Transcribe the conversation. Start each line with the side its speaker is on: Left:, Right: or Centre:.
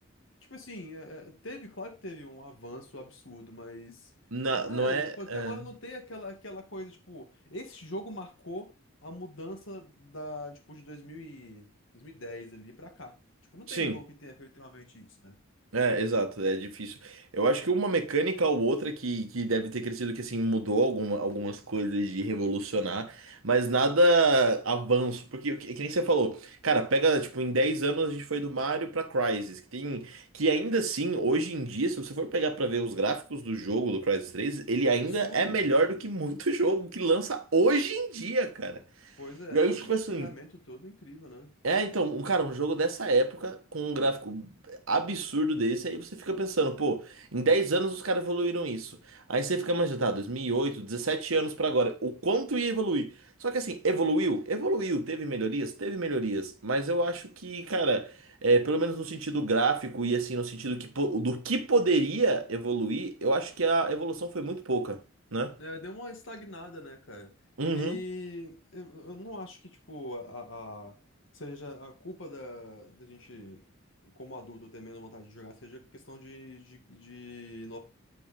Left: tipo assim, é, é, teve, claro que teve um avanço absurdo, mas
Right: Na-
Left: não
Right: não
Left: é,
Right: é,
Left: tipo, até
Right: é.
Left: agora não tem aquela, aquela coisa, tipo, esse jogo marcou a mudança da, tipo, de dois mil e, 2010 ali pra cá. Tipo, não
Right: Sim.
Left: tem um jogo que tenha feito realmente isso, né?
Right: É, exato, é difícil. Eu acho que uma mecânica ou outra que, que deve ter crescido, que assim, mudou alguma, algumas coisas de revolucionar, mas nada avanço, porque que, que nem você falou, cara, pega, tipo, em 10 anos a gente foi do Mario pra Crysis, que tem, que ainda assim, hoje em dia, se você for pegar pra ver os gráficos do jogo, do Crysis três ele
Left: É
Right: ainda
Left: um absurdo.
Right: é melhor do que muito <laughs> jogo que lança hoje em dia, cara.
Left: Pois é,
Right: E aí,
Left: o
Right: tipo
Left: detalhamento
Right: assim,
Left: todo é incrível, né?
Right: É, então, um cara, um jogo dessa época, com um gráfico absurdo desse, aí você fica pensando, pô, em 10 anos os caras evoluíram isso. Aí você fica imaginando, tá, 2008 17 anos pra agora, o quanto ia evoluir? Só que assim, evoluiu? Evoluiu, teve melhorias? Teve melhorias, mas eu acho que, cara, é, pelo menos no sentido gráfico e assim, no sentido que, po- do que poderia evoluir, eu acho que a evolução foi muito pouca, né?
Left: É, deu uma estagnada, né, cara?
Right: Uhum.
Left: E eu eu não acho que, tipo, a, a- seja a culpa da, da gente, como adulto, ter menos vontade de jogar, seja questão de, de, de